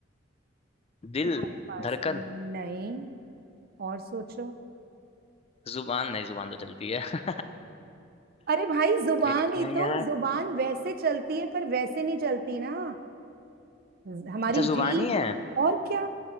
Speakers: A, on the left; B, on the right.
A: दिल
B: तुम्हारे पास
A: धड़कन
B: है। नहीं और सोचो
A: जुबान नहीं जुबान तो चलती है
B: अरे भाई
A: <laughs>
B: जुबान
A: फिर क्या
B: ही तो
A: यार
B: जुबान वैसे चलती है पर वैसे नहीं चलती ना ज- हमारी
A: अच्छा जुबान
B: जीभ
A: ही है
B: और क्या